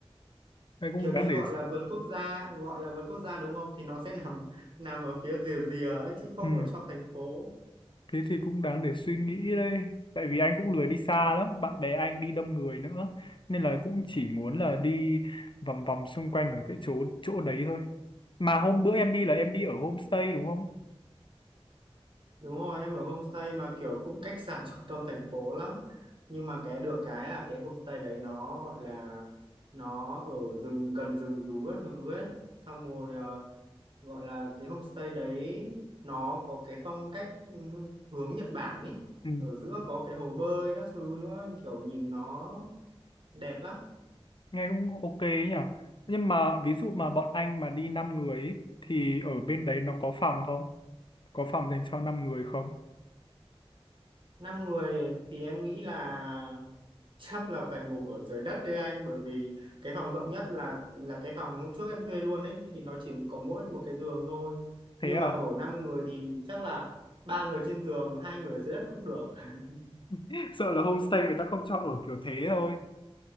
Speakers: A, on the left; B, on the right.
A: đây cũng
B: kiểu
A: đáng
B: như
A: để
B: gọi là vườn quốc gia gọi là vườn quốc gia đúng không thì nó sẽ <laughs> nằm nằm ở phía rìa rìa ấy chứ không
A: ừ.
B: ở trong thành phố
A: Thế thì cũng đáng để suy nghĩ đây. Tại vì anh cũng lười đi xa lắm, bạn bè anh đi đông người nữa. Nên là cũng chỉ muốn là đi vòng vòng xung quanh ở cái chỗ chỗ đấy thôi. Mà hôm bữa em đi là em đi ở homestay đúng không?
B: đúng rồi em ở homestay mà kiểu cũng cách xa <laughs> trung tâm thành phố lắm nhưng mà cái được cái là cái homestay đấy nó gọi là nó ở rừng gần rừng rú các thứ ấy xong rồi ờ, gọi là cái homestay đấy nó có cái phong cách ừ, hướng Nhật Bản ý
A: Ừ,
B: ở giữa có cái hồ bơi các thứ nữa kiểu nhìn nó đẹp lắm
A: nghe cũng ok ấy nhỉ. Nhưng mà ví dụ mà bọn anh mà đi 5 người ấy, thì ở bên đấy nó có phòng không? Có phòng dành cho 5 người không?
B: năm người thì em nghĩ là <laughs> chắc là phải ngủ ở dưới đất đấy anh bởi vì cái phòng rộng nhất là là cái phòng hôm trước em thuê luôn ấy thì nó chỉ có mỗi một cái giường thôi nhưng
A: Thế à?
B: mà ở năm người thì chắc là ba người trên giường hai người dưới đất cũng được <laughs>
A: <laughs> Sợ là homestay người ta không cho ở kiểu thế thôi.